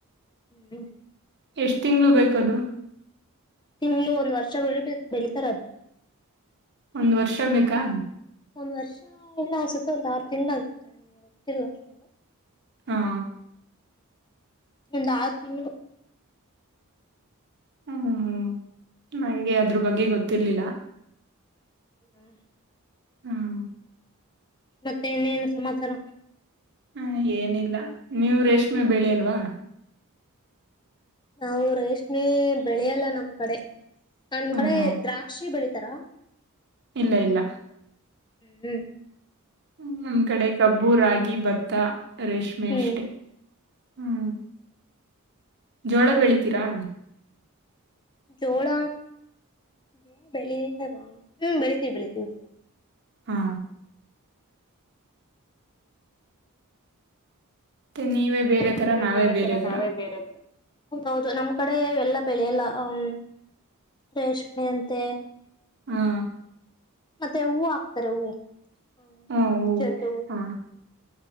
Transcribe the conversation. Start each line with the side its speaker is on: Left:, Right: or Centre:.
Left: ಹ್ಮ್.
Right: ಎಷ್ಟ್ ತಿಂಗಳು ಬೇಕದು.
Left: ತಿಂಗಳು ಒಂದು ವರ್ಷ ಬೆಳಿ ಬೆಳಿತಾರ ಅದು.
Right: ಒಂದ ವರ್ಷ ಬೇಕಾ.
Left: ಒಂದ್ ವರ್ಷ ಇಲ್ಲ ಅನ್ಸುತ್ತೆ ಒಂದ್ ಆರ್ ತಿಂಗಳು ಅನ್ಸುತ್ತೆ ನನಗೆ ಗೊತ್ತಿಲ್ಲ ಅಷ್ಟೊಂದು.
Right: ಹಾ.
Left: ಒಂದ್ ಆರ ತಿಂಗಳು.
Right: ಹ್ಮ್ ಹ್ಮ್ ನಂಗೆ ಅದರ ಬಗ್ಗೆ ಗೊತ್ತಿರ್ಲಿಲ್ಲ.
Left: ಹ್ಮ.
Right: ಹ್ಮ.
Left: ಮತ್ತೆ ಇನೇನು ಸಮಾಚಾರ.
Right: ಹಾ ಏನಿಲ್ಲ ನೀವು ರೇಷ್ಮೆ ಬೆಳೆಯಲ್ವಾ.
Left: ನಾವು ರೇಷ್ಮೆ ಬೆಳೆಯಲ್ಲ ನಮ್ ಕಡೆ. ನಮ್
Right: ಹ್ಮ್
Left: ಕಡೆ
Right: ಹ್ಮ್
Left: ದ್ರಾಕ್ಷಿ ಬೆಳಿ. ತರಾ.
Right: ಇಲ್ಲ ಇಲ್ಲ.
Left: ಹ್ಮ್ ಹ್ಮ.
Right: ಹ್ಮ ನಮ್ ಕಡೆ ಕಬ್ಬು ರಾಗಿ ಭತ್ತ ರೇಷ್ಮೆ
Left: ಹ್ಮ್
Right: ಅಷ್ಟೆ ಹ್ಮ್ ಜೋಳ ಬೆಳಿತೀರಾ
Left: ಜೋಳ ಜೋಳ ಬೆಳಿತವಾ ಹ್ಮ್ ಬೆಳಿತೀವಿ ಬೆಳಿತೀವಿ ಜೋಳ
Right: ಹಾ ಮತ್ತೆ ನೀವೇ ಬೇರೆ ತರ
Left: ನೀವೇ
Right: ನಾವೇ ಬೇರೆ ತರ
Left: ನಾವೇ ಬೇರೆ ತರ ಹೌದೌದು ನಮ್ಮ್ ಕಡೆ ಎಲ್ಲ ಬೆಳಿ ಎಲ್ಲ ಹ್ಮ್ ರೇಷ್ಮೆ ಅಂತೆ
Right: ಹಾ
Left: ಮತ್ತೆ ಹೂವು ಹಾಕ್ತಾರೆ ಹೂವು ಹ್ಮ
Right: ಹ್ಮ್ ಹೂ
Left: ಚೆಂಡ
Right: ಹಾ